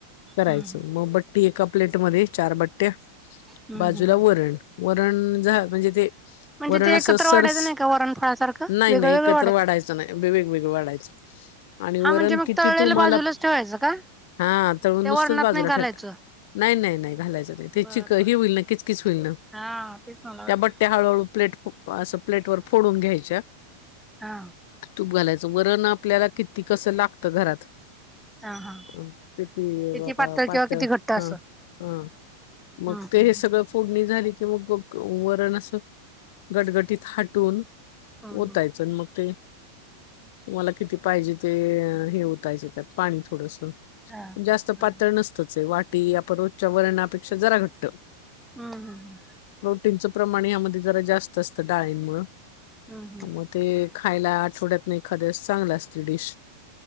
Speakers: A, on the left (about 50°); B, in the centre.
A: करायचं
B: हम्म
A: मग बट्टी एका प्लेट म चार बट्ट्या
B: हम्म
A: बाजूला
B: हम्म
A: वरण वरण ज म्हणजे ते
B: म्हणजे
A: वरण
B: ते
A: अस
B: एकत्र वाढायचं
A: सरस
B: नाही का वरण फळासारखं
A: नाही
B: वेगळं
A: नाही
B: वेगळं
A: एकत्र वाढायचं नाही वेगवेगळं वाढायचं आणि वरण
B: हा म्हणजे मग
A: किती
B: तळलेलं
A: तुमला
B: बाजूलाच ठेवायचं का
A: हा तरळून
B: त्या
A: नुसतंच
B: वरणात
A: बाजूला
B: नाही घालायचं?
A: ठट नाही नाही नाही घालायचं नाही त्याची
B: बर
A: हे
B: बर
A: होईल
B: बर.
A: ना किचकीच होईल ना
B: हा तेच मला वाटलं
A: त्या बट्ट्या हळूहळू प्लेट असं प्लेट वर फोडून घ्यायच्या
B: हा
A: तूप घालायचं वरण आपल्याला किती कस लागत घरात
B: हा हा
A: ह पिपी
B: किती पातळ
A: पाट
B: किंवा किती घट्ट असं
A: हा हा मग
B: हम्म
A: ते
B: हम्म
A: हे सगळं फोडणी झाली की मग वरण असं गटगटीत हाटून
B: हम्म. हम्म हम्म.
A: तायचं मग ते मला किती पाहिजे ते हे होतायचे त्यात पाणी थोडस
B: हा हा
A: जास्त
B: हम्म
A: पातळ नसतच वाटी आपण रोजच्या वरणापेक्षा जरा घटत
B: हम्म हम् हम्
A: ींचं प्रमाण यामध्ये जरा जास्त असतं डाळींमुळे
B: हम्म हम्म
A: मग ते खायला आठवड्यात नाही एखाद्याच चांगलं असते डिश